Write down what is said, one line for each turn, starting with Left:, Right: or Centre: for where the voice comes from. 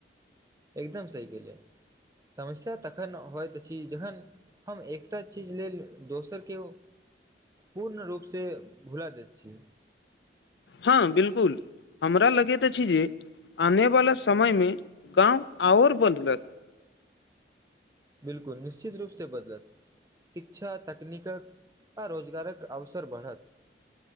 Right: एकदम सही गेलिय समस्या तखन होइत त छी जखन हम एकटा चीज लेल दोसर के पूर्ण रूपसँ भुला दैत छीयै
Left: हँ बिल्कुल हमरा लगैत अछि जे आनेवला समय में गाँव ओर बदलक
Right: बिलकुल निश्चित रूप से बदलत शिक्षा तकनीकक आ रोजगारक अवसर बढ़त